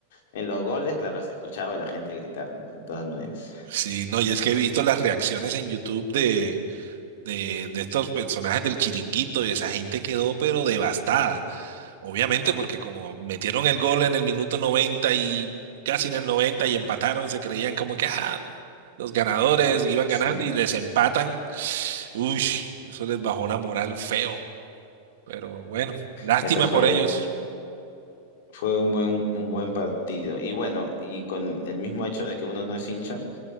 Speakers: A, on the left (about 70°); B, on the right (about 75°).
A: en los goles, claro, se escuchaba a la gente gritar, ¿no? De todas maneras.
B: Sí, no, y es que he visto las reacciones en YouTube de, de, de estos personajes del Chiringuito y esa gente quedó pero devastada. Obviamente, porque como metieron el gol en el minuto 90 y casi en el 90 y empataron, se creían como que ah, los ganadores iban ganando
A: Sí,
B: y les empatan. Uy, eso les bajó la moral feo. Pero bueno, lástima
A: ese fue,
B: por ellos.
A: fue un buen, un buen partido. Y bueno, y con el mismo hecho de que uno no es hincha,